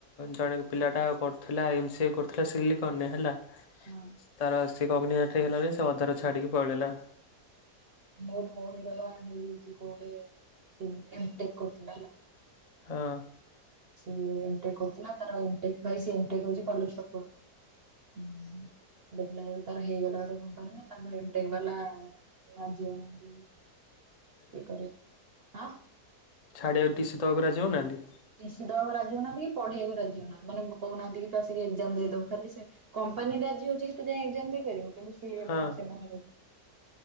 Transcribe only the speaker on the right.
ହଁ।
ମୋ ଭଉଣୀର ବା ହେଇଯାଇଚି କୋଉଟେ ସେ ଏମ୍ ଟେକ୍ କରୁଥିଲା ହେଲା
ସେ ଏମ୍ ଟେକ୍ କରୁଥିଲା ତାର ଏମ୍ ଟେକ୍ ବାଇ ସେ ଏମ୍ ଟେକ୍ ହଉଚି କଲେଜ ଟପର୍ ହୁଁ। ଦେଖିଲା ବେଳକୁ ତାର ହେଇଗଲା ଗୋଟେ କମ୍ପାନୀ ରେ ତାଙ୍କୁ ଏମ୍ ଟେକ୍ ବାଲା ରାଜି ହଉନାହାନ୍ତି ୟେକରେ ଆଁ?
ଟିସିି ଦବାକୁ ରାଜି ହଉନାହାନ୍ତି କି ପଢେଇବାକୁ ରାଜି ହୋଉ ନାହାନ୍ତି ମାନେ ମୋ କହୁନାହାନ୍ତି କି ତୁ ଆସିକି ଏକ୍ଜାମ ଦେଇଦେବୁ ଖାଲି ସେ କମ୍ପାନୀ ରାଜି ହଉଚି କି ତୁ ଯାଇଁକି ଏଗ୍ଜାମ ଦେଇପାରିବୁ କିନ୍ତୁ ସିଏ
ନା ସେମାନେ ରାଜ